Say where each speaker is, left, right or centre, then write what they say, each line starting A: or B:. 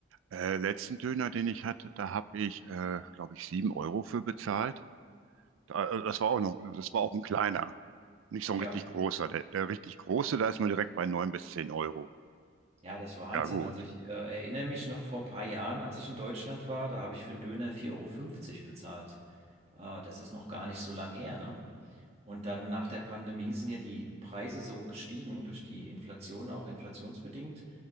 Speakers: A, on the right; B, on the right.
A: Äh, letzten Döner, den ich hatte, da habe ich, äh, glaube ich, sieben Euro für bezahlt. Da, äh, das war auch noch, das war auch ein kleiner, nicht so
B: ja.
A: ein richtig großer. Der, der richtig große, da ist man direkt bei neun bis zehn Euro.
B: Ja, das ist Wahnsinn.
A: Ja gut.
B: Also ich äh, erinnere mich noch vor ein paar Jahren, als ich in Deutschland war, da habe ich für einen Döner vier Euro fünfzig bezahlt. Äh, das ist noch gar nicht so lang her, ne? Und dann nach der Pandemie sind ja die Preise so gestiegen, durch die Inflation auch, inflationsbedingt.